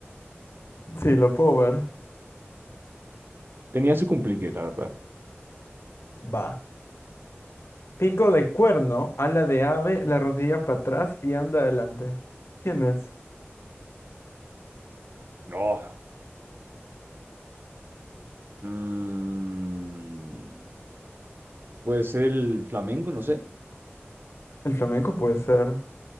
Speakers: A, on the left; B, on the right.
A: Sí, lo puedo ver.
B: Tenía su complique, la verdad.
A: Va. Pico de cuerno, ala de ave, la rodilla para atrás y anda adelante. ¿Quién es?
B: No. mm, pues el flamengo, no sé.
A: El flamenco puede ser.